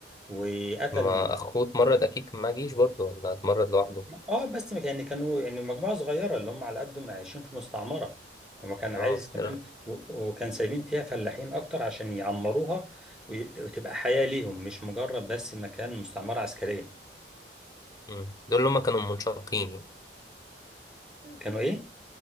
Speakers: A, in the centre; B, on the left.
A: وقتل
B: ما اخوه اتمرد اكيد كان معاه جيش برضه ولا اتمرد لوحده
A: اه بس يعني كانوا يعني مجموعة صغيرة اللي هم على قدهم عايشين في مستعمرة هو كان عايز
B: اه
A: كمان
B: دول
A: و- وكان سايبين فيها فلاحين اكتر عشان يعمروها ويت- وتبقى حياة ليهم مش مجرد بس مكان مستعمرة عسكرية
B: أمم. دول اللي هما كانوا منشقين يعني
A: كانوا ايه؟